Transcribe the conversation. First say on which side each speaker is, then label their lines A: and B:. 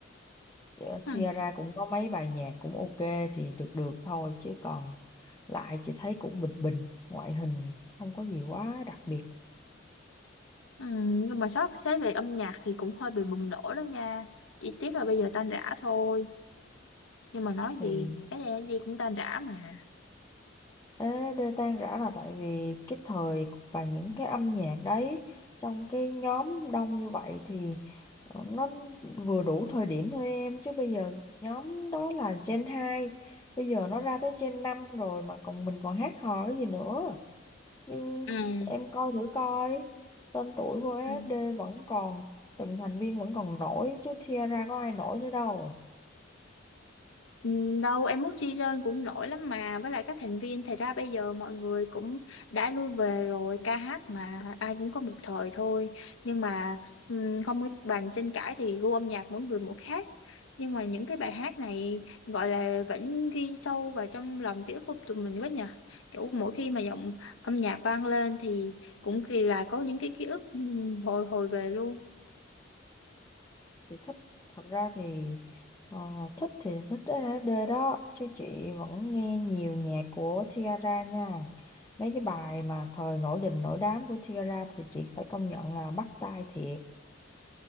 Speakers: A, on the left (about 15°); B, on the left (about 85°).
A: Chứ
B: hmm.
A: chia ra cũng có mấy bài nhạc cũng ok thì được được thôi. Chứ còn lại chị thấy cũng bình bình. Ngoại hình không có gì quá đặc biệt.
B: Ừm, nhưng mà sót xét về âm nhạc thì cũng hơi bị bùng nổ đó nha chỉ tiếc là bây giờ tan rã thôi nhưng mà nói
A: thì
B: gì cái này gì cũng tan rã mà
A: Ê, đê tan rã là tại vì cái thời và những cái âm nhạc đấy trong cái nhóm đông như vậy thì ờ, nó vừa đủ thời điểm thôi em chứ bây giờ nhóm đó là Gen hai bây giờ nó ra tới Gen 5 rồi mà còn mình còn hát hò cái gì nữa nhưng
B: Ừ.
A: em coi thử coi tên tuổi của SD
B: Ừ.
A: vẫn còn từng thành viên vẫn còn nổi chứ Tiara có ai nổi nữa đâu
B: Ừ, đâu em mút season cũng nổi lắm mà với lại các thành viên thì ra bây giờ mọi người cũng đã lui về rồi ca hát mà ai cũng có một thời thôi nhưng mà ừm, không có bàn tranh cãi thì gu âm nhạc mỗi người một khác nhưng mà những cái bài hát này gọi là vẫn ghi sâu vào trong lòng ký ức của tụi mình quá nhờ kiểu mỗi khi mà giọng âm nhạc vang lên thì cũng kỳ là có những cái ký ức ừm, hồi hồi về luôn
A: chị thích thật ra thì ờ, thích thì thích SD đó chứ chị vẫn nghe nhiều nhạc của Tiara nha mấy cái bài mà thời nổi đình nổi đám của Tiara thì chị phải công nhận là bắt tai thiệt